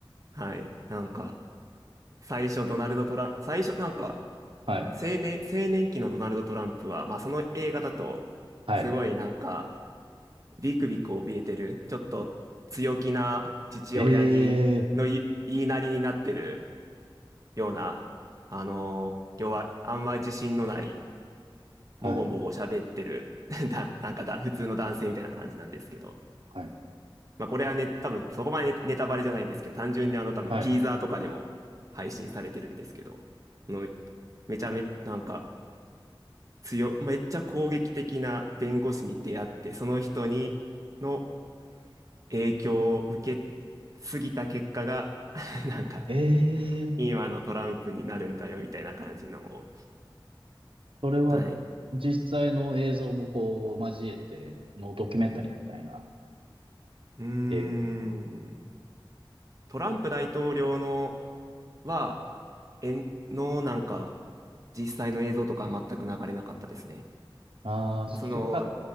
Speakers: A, on the right; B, on the right.
A: はい。なんか、最初ドナルド・トランプ、最初なんか、
B: はい。
A: 青年、青年期のドナルド・トランプは、まあその映画だと、
B: はい。
A: すごいなんか、ビクビク怯えてる、ちょっと強気な父親に、
B: ええ
A: のい言いなりになってるような、あのー弱い、あんま自信のない、もごもご喋ってる、
B: ー、はい。
A: <laughs> な、なんかだ、普通の男性みたいな感じなんですけど、
B: はい。
A: まあこれはね、多分そこまでねネタバレじゃないんですけど、単純にあの多分ティーザーとかでも配信されてるんですけど、
B: はい。
A: あのめちゃめ、なんか強、めっちゃ攻撃的な弁護士に出会って、その人にの影響を受けすぎた結果が、<laughs> なんか
B: ええー。
A: 今のトランプになるんだよみたたいな感じのを。
B: それは実際の映像もこう交えてのドキュメンタリーみたいな
A: はい。うーん。
B: 映画です。
A: トランプ大統領のは、えんのなんか、実際の映像とかは全く流れなかったですね。
B: ああ、
A: まあその、
B: そしてか、